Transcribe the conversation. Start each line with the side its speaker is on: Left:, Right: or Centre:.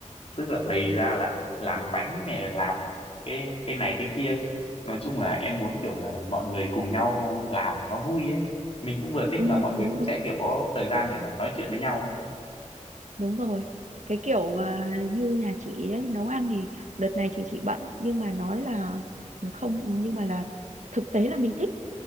Left: tức là bày ra là làm bánh này làm cái cái này cái kia nói chung là em muốn kiểu là mọi người cùng nhau làm nó vui ấy mình cũng vừa thích
Right: ừ,
Left: mà mọi người
Right: đúng
Left: cũng
Right: đúng
Left: sẽ kiểu có thời gian để mà nói chuyện với nhau ấy
Right: đúng rồi cái kiểu mà như nhà chị ấy nấu ăn thì đợt này chị chị bận nhưng mà nói là không nhưng mà là thực tế là mình thích